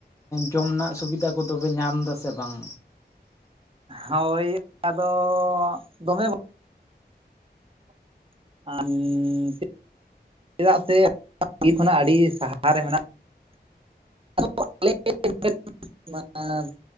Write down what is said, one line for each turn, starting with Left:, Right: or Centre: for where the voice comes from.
Left: ᱡᱚᱢ ᱨᱮᱱᱟᱜ ᱥᱩᱵᱤᱫᱟ ᱠᱚ ᱫᱚ ᱯᱮ ᱧᱟᱢ ᱮᱫᱟ ᱥᱮ ᱵᱟᱝ?
Right: ᱦᱳᱭ, ᱟᱫᱚ ᱫᱚᱢᱮ ᱵᱚ <unintelligible> ᱪᱮᱫᱟᱜ ᱥᱮ ᱵᱤᱨ ᱠᱷᱚᱱᱟᱜ ᱟᱹᱰᱤ ᱥᱟᱦᱟ ᱨᱮ ᱢᱮᱱᱟᱜ <unintelligible>